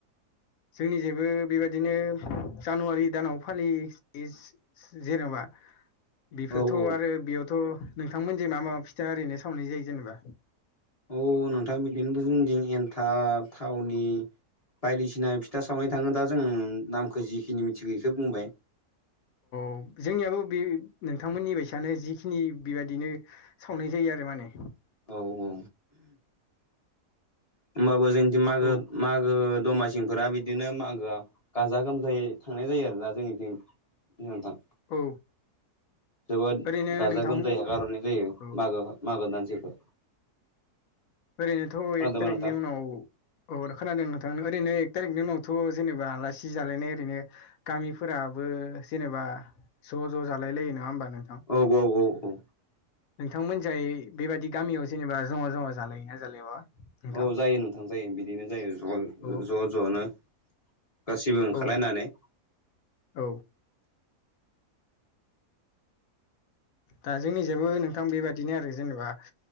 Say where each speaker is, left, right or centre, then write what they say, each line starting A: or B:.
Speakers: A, on the left; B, on the left.
A: जोंनि जेबो बेबायदिनो जानुवारि दानाव फालि इ इस जेनेबा बेफोरथ'
B: औ औ
A: आरो बेयावथ' नोंथांमोनजाय मा मा फिथा ओरैनो सावनाय जायो जेनेबा?
B: औ नोंथां बिदिनोबो जोंथिं एन्थाब थावनि बायदिसिना फिथा सावनाय थाङो दा जों नामखौ जिखिनि मिथिगौ इखौ बुंबाय।
A: औ जोंनियाबो बे नोंथांमोननि बायसआनो जिखिनि बेबादिनो सावनाय जायो आरो माने।
B: औ औ होमबाबो जोंथिं मागो
A: औ
B: मागो दमासिंफोरा बिदिनो मागोआ गाजा गोमजायै थांनाय जायो आरोना जोंनिथिं। नोंथां
A: औ
B: जोबोद
A: ओरैनो
B: गाजा
A: नोंथां
B: गोमजायै हेगार हरनाय जायो
A: औ
B: मागो मागो दानसेखो
A: ओरैनोथ'
B: खोनादोंबा
A: एक थारिकनि
B: नोंथां?
A: उनाव औ खोनादों नोंथां ओरैनो एक थारिकनि उनावथ' जेनेबा आलासि जालायनाय ओरैनो गामिफोराबो जेनेबा ज' ज' जालाय लायो नङा होमबा नोंथां?
B: औ ब' औ औ औ
A: नोंथांमोनजाय बेबायदि गामियाव जेनेबा जमा जमा जालायोना जालायाबा? नोंथां
B: औ जायो नोंथां जायो बिदिनो जायो ज'
A: अ
B: ज' ज'नो गासिबो ओंखारलायनानै
A: औ औ दा जोंनि जोंबो नोंथां बेबायदिनो आरो जेनेबा